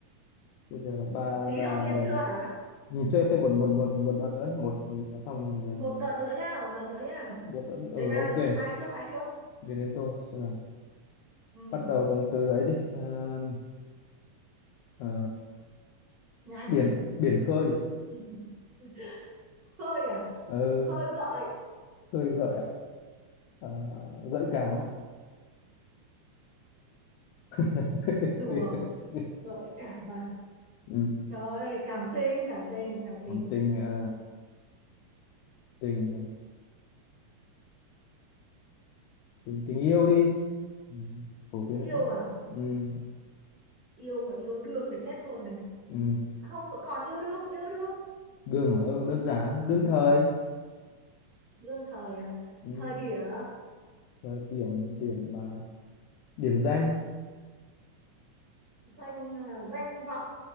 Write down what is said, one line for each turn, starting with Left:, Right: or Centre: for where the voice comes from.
Left: bây giờ là ba
Right: tí
Left: ba
Right: động
Left: là
Right: viên
Left: đều
Right: chưa hả
Left: mình chơi thêm một một một một đợt nữa một xong mình
Right: một
Left: ờ,
Right: đợt nữa nhá một đợt nữa nhá
Left: một đợt nữa. ừ
Right: đến ai
Left: ok
Right: ai trước ai trước
Left: đến đến tôi xem nào
Right: ừ
Left: bắt đầu bằng từ ấy đi Ờ, ờ,
Right: nhanh
Left: biển biển khơi
Right: <laughs> hơi à
Left: Ờ,
Right: khơi gợi
Left: khơi gợi ờ, gợi cảm <laughs>
Right: đùa gợi cảm mà
Left: ừ.
Right: rồi cảm tình cảm tình cảm tình
Left: còn tình ờ, tình ờ, tình tình yêu đi Ừ, phổ biến
Right: yêu
Left: quá
Right: à
Left: ừ,
Right: yêu mà yêu đương là chết luôn này
Left: ừ.
Right: À, không còn yêu đương yêu đương
Left: đường à? ừ, đơn giản đương thời
Right: đương thời à
Left: ừ.
Right: thời điểm
Left: Rồi điểm điểm à, điểm danh
Right: danh à, danh vọng